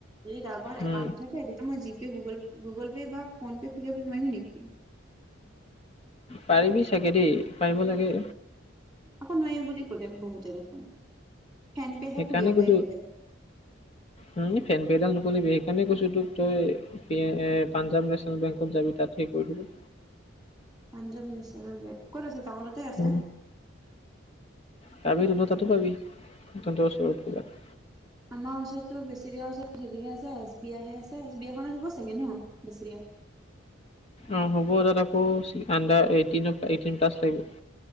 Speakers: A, in the centre; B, on the left.
A: যদি ডাকঘৰত
B: উম,
A: একাউণ্টটো থাক এই যদি মই G pay, Google Google pay বা ফোন পে' খুলিব নোৱাৰিম নেকি?
B: পাৰিবি চাগে দেই, পাৰিব লাগে।
A: আকৌ নোৱাৰে বুলি ক'লে বহুতে দেখোন। ফেন পেহে
B: সেইকাৰণে
A: খুলিব পাৰি
B: ক'লো।
A: বোলে <inaudible>
B: উম, ফেন‌ পেডাল নুখুলিবি সেই কাৰণে কৈছো তোক তই সেইহে পাঞ্জাৱ নেচনেল বেংকত যাবি তাত সেই কৰি দিব।
A: পাঞ্জাৱ নেশ্যনেল বেংক, ক'ত আছে টাউনতে আছে?
B: উম, পাবি তহঁতে তাতে পাবি, তহঁতৰ ওচৰত কিবাত।
A: আমাৰ ওচৰতো বেছেৰীয়া আছে, হেৰিহে আছে এচ বি আই হে আছে, এচ বি আইখনে লব চাগে ন বেছেৰীয়া?
B: অ' হ'ব তাত আকৌ চি আণ্ডাৰ এইটিনৰ পৰা এইটিন প্লাছ লাগিব।